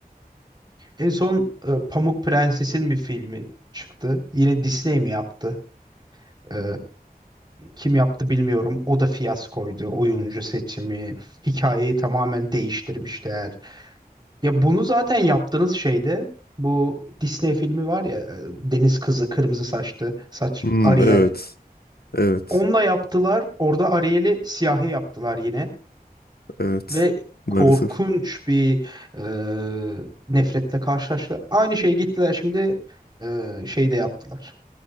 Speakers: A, on the right (about 25°); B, on the left (about 80°).
A: en son e, Pamuk Prenses'in bir filmi çıktı yine Disney mi yaptı E, kim yaptı bilmiyorum o da fiyaskoydu oyuncu seçimi hikayeyi tamamen değiştirmişler ya bunu zaten yaptığınız şeyde bu Disney filmi var ya e, Deniz Kızı kırmızı saçlı saç
B: Hmm,
A: Ariel
B: evet. Evet.
A: Onunla yaptılar. Orada Ariel'i siyahi yaptılar yine.
B: Evet.
A: Ve
B: Maalesef.
A: korkunç bir e, nefretle karşılaştılar. Aynı şeyi gittiler şimdi e, şeyde yaptılar.